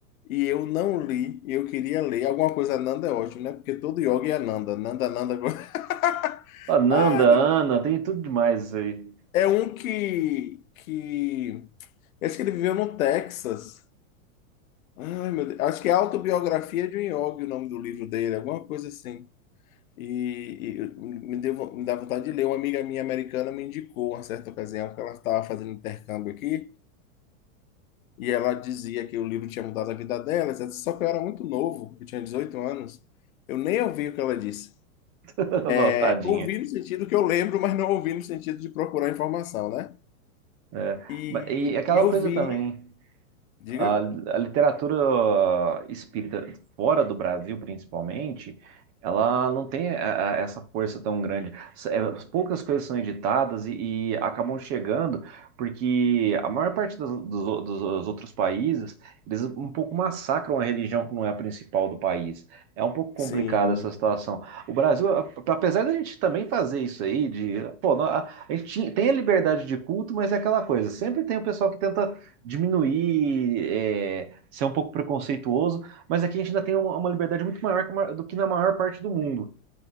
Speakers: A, on the left (about 75°); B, on the right (about 25°).
A: e eu não li, e eu queria ler. Alguma coisa Nanda é ótimo, né? Porque todo yogi é Nanda, Nanda, Nanda. <laughs>
B: Ananda,
A: Ah,
B: Ana, tem tudo demais isso aí.
A: é um que que Eu Acho que ele viveu no Texas. Ai, meu Deus. Acho que é Autobiografia de um Yogi, o nome do livro dele, alguma coisa assim. E, e me deu, vo- me dá vontade de ler. Uma amiga minha americana me indicou, uma certa ocasião, que ela estava fazendo intercâmbio aqui, e ela dizia que o livro tinha mudado a vida dela, etc. só que eu era muito novo, eu tinha 18 anos. Eu nem ouvi o que ela disse.
B: <laughs>
A: É,
B: Tadinha.
A: Ouvi no sentido que eu lembro, mas não ouvi no sentido de procurar informação, né?
B: É.
A: E,
B: Ba- E aquela
A: e eu
B: coisa
A: vi,
B: também.
A: diga,
B: A, a literatura espírita, fora do Brasil principalmente, ela não tem a- a- essa força tão grande. S- é, Poucas coisas são editadas e, e acabam chegando, porque a maior parte dos, dos o- dos- outros países, eles um pouco massacram a religião que não é a principal do país. É um pouco complicada
A: sim.
B: essa situação. O Brasil, a- apesar da gente também fazer isso aí, de, pô, nó- a, a gente tinha- tem a liberdade de culto, mas é aquela coisa, sempre tem o pessoal que tenta diminuir, é, ser um pouco preconceituoso, mas aqui a gente ainda tem uma, uma liberdade muito maior que ma- do que na maior parte do mundo.